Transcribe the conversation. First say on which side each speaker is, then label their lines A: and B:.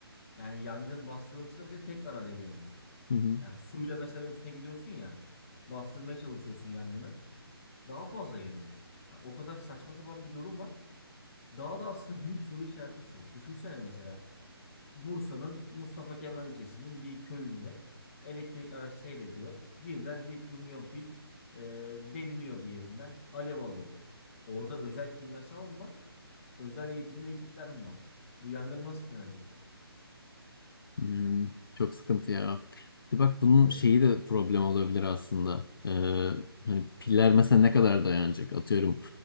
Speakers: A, on the left (about 30°); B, on the left (about 60°).
A: Yani yangın bastırılsa bile tekrar alevleniyor.
B: Hı hı.
A: Yani suyla mesela üstüne gidiyorsun ya bastırmaya çalışıyorsun yangını daha fazla yanıyor. Ha, o kadar saçma sapan bir durum var. Daha da aslında <laughs> büyük soru işareti şu. Düşünsene mesela Bursa'nın Mustafa Kemal ilçesinin bir köyünde elektrik araç seyrediyor. Birden lityum iyon pil e, deliniyor bir yerinden alev alıyor. Orada özel kimyasal mı var? Özel eğitimli ekipler mi var? Bu yangın nasıl sönecek?
B: Hmm, çok sıkıntı ya. Bir de bak bunun
A: Evet.
B: şeyi de problem olabilir aslında. Ee, hani piller mesela ne kadar dayanacak? Atıyorum.